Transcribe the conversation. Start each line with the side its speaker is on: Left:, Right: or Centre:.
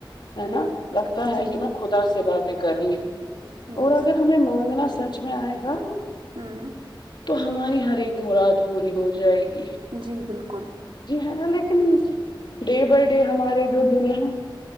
Left: ہے نا لگتا ہے
Right: جی
Left: کہ
Right: جی
Left: میں خدا سے باتیں کر رہی ہوں
Right: یس
Left: اور اگر ہمیں مانگنا سچ میں آئے گا
Right: ہاں
Left: تو ہماری ہر ایک مراد پوری ہو جائے گی
Right: جی بالکل
Left: جی ہے نا لیکن ڈے بائی ڈے ہمارے جو دل ہے